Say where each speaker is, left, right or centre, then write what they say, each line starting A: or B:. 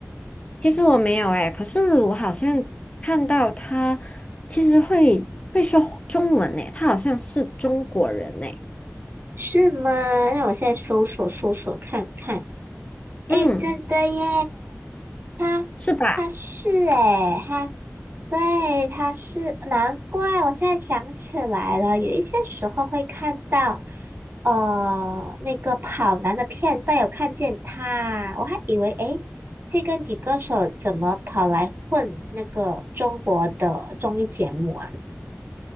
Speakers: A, on the left; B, on the right.
A: 其实我没有诶、可是我好像看到他其实会会说中文诶、他好像是中国人诶、
B: 是吗？那我现在搜索搜索看看。
A: 嗯，
B: 诶，真的耶，他他是诶，
A: 是吧？
B: 他对他是，难怪我现在想起来了，有一些时候会看到，呃，那个跑男的片段有看见他，我还以为哎诶，这个女歌手怎么跑来混那个中国的综艺节目啊？